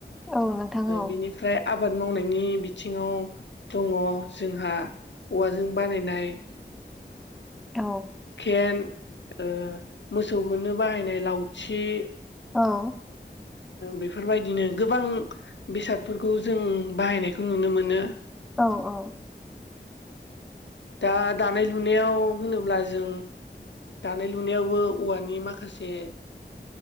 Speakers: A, in the centre; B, on the left (about 80°).
A: औ नोंथां औ नोंथां औ
B: बिनिफ्राय आबाद मावनायनि बिथिङाव दङ जोंहा औवाजों बानायनाय।
A: औ
B: सेन ओ मोसौ होनो बाहायनाय लावथि
A: औ
B: बेफोरबायदिनो गोबां बेसादफोरखौ जों बाहायनायखौ नुनो मोनो।
A: औ औ औ
B: दा दानाय लुनायाव होनोब्ला जों दानाय लुनायावबो औवानि माखासे